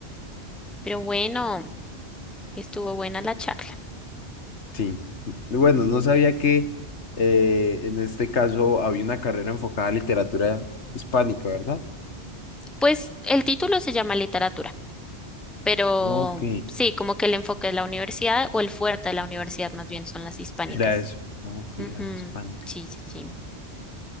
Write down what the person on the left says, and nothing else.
Sí, bueno, no sabía que eh, en este caso había una carrera enfocada a literatura hispánica, ¿verdad?
Ok,
Era eso. ok,
la hispánica.